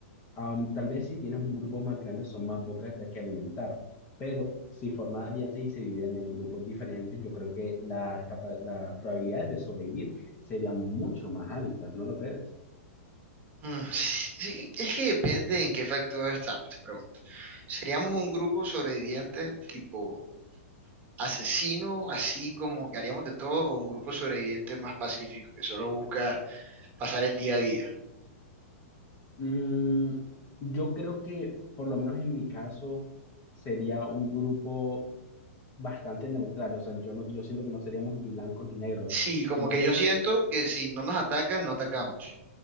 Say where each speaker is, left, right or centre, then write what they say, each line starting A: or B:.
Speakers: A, on the left; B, on the right.
A: Am, tal vez si tienes un grupo más grande son más bocas de que alimentar, pero si forman alianzas y se dividen en grupos diferentes, yo creo que las, capa- las probabilidades de sobrevivir serían mucho más altas, ¿no lo crees?
B: Mm, sí, sí, es que depende en qué factor estamos, te pregunto. ¿Seríamos un grupo sobreviviente tipo asesino, así como que haríamos de todo, o un grupo sobreviviente más pacífico, que solo busca pasar el día a día.
A: Mm, yo creo que, por lo menos en mi caso, sería un grupo bastante neutral. O sea, yo, no, yo siento que no seríamos ni blancos ni negros.
B: Sí, como
A: Siempre
B: que yo siento que si no nos atacan, no atacamos.